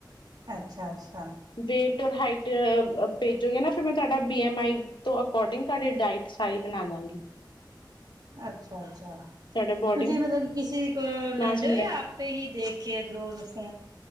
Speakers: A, on the right (about 55°); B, on the left (about 75°).
A: ਅੱਛਾ-ਅੱਛਾ,
B: ਦੇ, ਹਾਈਟ ਭੇਜੋਗੇ ਨਾ ਫਿਰ ਬੀ ਐਮ ਆਈ ਅਕੋਰਡਿੰਗ ਤੁਹਾਡੀ ਡਾਈਟ ਸਾਰੀ ਬਣਾ ਦਾਂਗੀ।
A: ਅੱਛਾ-ਅੱਛਾ, ਅੱ
B: ਤੁਹਾਡਾ ਬੋਡੀ
A: ਤੁਸੀਂ ਮਤਲਬ ਕਿਸੇ ਕੋਲ ਲੈਂਦੇ
B: ਮਾਸ ਇੰਡੈਕਸ।
A: ਹੋ ਜਾਂ ਆਪੇ ਹੀ ਦੇਖ ਕੇ ਇਧਰੋਂ ਫੁ